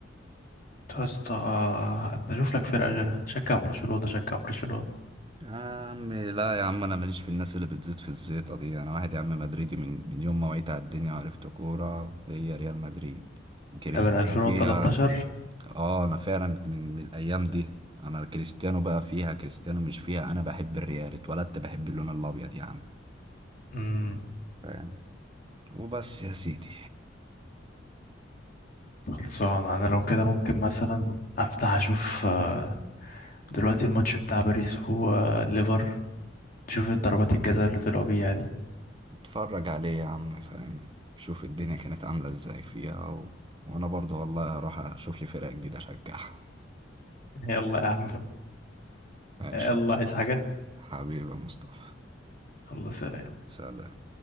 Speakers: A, on the left; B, on the right.
A: انتوا يا اسطى بشوف لك فرقة غيرها شجع برشلونة شجع برشلونة
B: يا عم لا يا عم انا ماليش في الناس اللي بتزيد في الزيطه دي انا واحد يا عم مدريدي من من يوم ما وعيت على الدنيا وعرفت كوره هي ريال مدريد كريستيانو
A: ده من 2013
B: فيها اه انا فعلا من, من الايام دي انا كريستيانو بقى فيها كريستيانو مش فيها انا بحب الريال اتولدت بحب اللون الابيض يا عم
A: امم
B: فاهم وبس يا سيدي
A: خلصان انا لو كده ممكن مثلا افتح اشوف آه، دلوقتي الماتش بتاع باريس وليفر شوف الضربات الجزاء اللي طلعوا بيها دي
B: اتفرج عليه يا عم فاهم شوف الدنيا كانت عامله ازاي فيها و... وانا برضو والله هروح اشوف لي فرقه جديده اشجعها
A: يلا يا عم
B: ماشي
A: يلا عايز حاجة
B: حبيبي يا مصطفى
A: الله سلام
B: سلام